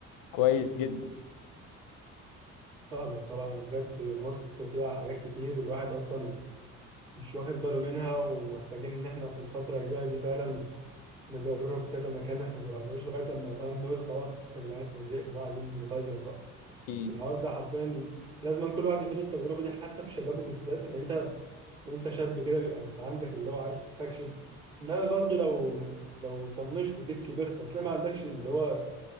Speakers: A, on the left; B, on the right.
A: كويس جدا
B: فاهمك طبعا بجد مصر فيها حاجات كتير الواحد اصلا مش واخد باله منها ومحتاجين ان احنا في الفتره الجايه دي فعلا نجرب كذا مكان احنا ما رحناش لغايه لما فاهم نقول خلاص يا جدعان احنا زهقنا بقى عايزين نغير بقى
A: أكيد
B: بس الحوار ده حرفيا لازم كل واحد يخوض التجربه دي حتى في شبابه بالذات لان انت وانت شاب كده بيبقى انت عندك اللي هو عايز تستكشف انما برضه لو لو طنشت وجيت كبرت هتلاقي ما عندكش اللي هو